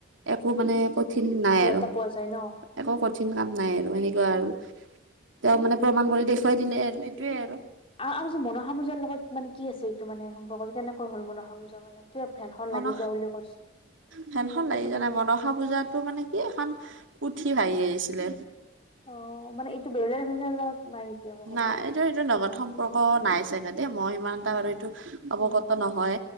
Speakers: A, on the right (about 85°); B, on the left (about 30°).
A: একো মানে কঠিন নাই আৰু।
B: টা পোৱা যায় ন
A: একো কঠিন কাম নাই আৰু এনেকুৱা আৰু তেওঁ মানে প্ৰমাণ কৰি দেখুৱাই দিলে আৰু এইটোৱে আৰু
B: আহ আৰু যে মনোসা পূজাৰ লগত মানে কি আছে এইটো মানে সম্পৰ্কতটো কেনেকৈ হ'ল মনসা পূজা মানে। কিবা ভেলখন লাগি
A: নসা
B: যোৱা বুলি কৈছে
A: সেনখন
B: সেইটো
A: লাগি জানাই
B: কেনেকুৱা
A: বনসা
B: আছিল
A: পূজাতো মানে কি এখন পুঠি ভাহি আহিছিলে।
B: অ', মানে এইটো বেৰলীয়া <unintelligible> লগত নাই নেকি? আকৌ সম্পৰ্ক
A: নাই এইটো এইটো নগদ সম্পৰ্ক নাই চাগে দেই মই সিমান এটা বাৰু অৱগত
B: অ
A: নহয়